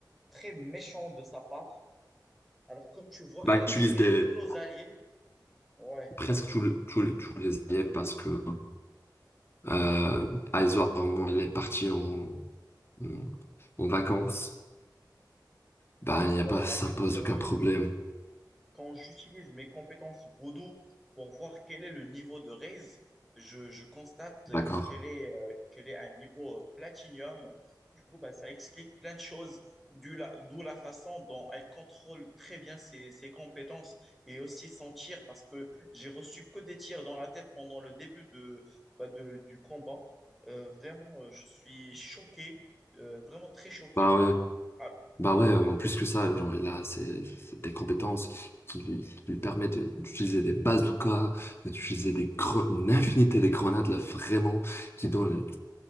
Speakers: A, in the centre; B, on the left.
A: très méchant de sa part. Alors, comme tu vois,
B: Ben,
A: elle
B: utilise
A: a tué
B: des,
A: tous nos alliés. Ouais.
B: presque tous les tous les- tous les alliés parce que Euh, Aitor, au moment où il est parti en, en, en vacances, bah, il n'y
A: Alors,
B: a pas, ça
A: en fait,
B: ne pose
A: euh,
B: aucun problème.
A: quand j'utilise mes compétences vaudou pour voir quel est le niveau de raise, je, je constate euh,
B: D'accord.
A: qu'elle est, euh, qu'elle est à un niveau euh, platinium. Du coup, bah, ça explique plein de choses, d'où la, d'où la façon dont elle contrôle très bien ses, ses compétences et aussi son tir, parce que j'ai reçu que des tirs dans la tête pendant le début de, bah, de- du combat. Euh, vraiment, euh, je suis choqué, euh, vraiment très choqué.
B: Bah ouais,
A: Ah,
B: bah ouais, en plus que ça, genre, il a ses- ses- des compétences qui lui, qui lui permettent de- d'utiliser des bazookas, d'utiliser des gre- une infinité de grenades, là, vraiment, qui donnent